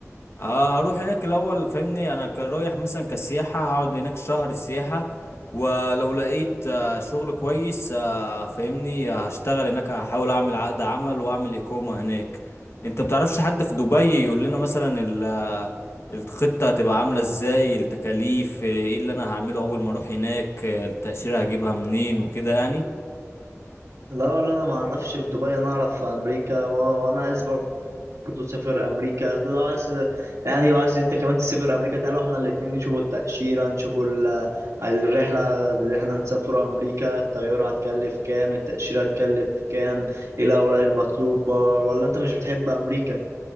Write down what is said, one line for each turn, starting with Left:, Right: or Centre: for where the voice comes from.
Left: آه، هروح هناك الاول فاهمني انا كان رايح مثلا كسياحه هقعد هناك شهر سياحه ولو لقيت آه، شغل كويس آه، فاهمني هشتغل هناك هحاول اعمل عقد عمل واعمل اقامه هناك انت بتعرفش حد في دبي يقول لنا مثلا ال- آه، الخطه هتبقى عامله ازاي التكاليف ايه اللي انا هعمله اول ما اروح هناك آه، التاشيره هجيبها منين وكده يعني
Right: لا والله انا ما اعرفش في دبي انا اعرف في امريكا و- وانا عايز برضه اسافر امريكا لو عايز يعني لو عايز انت كمان تسافر امريكا تعالوا احنا الاتنين نشوفوا التأشيرة نشوفوا ال- الرحلة اللي احنا نسافروا امريكا الطيارة هتكلف كام التأشيرة هتكلف كام ايه الاوراق المطلوبة ولا انت مش بتحب امريكا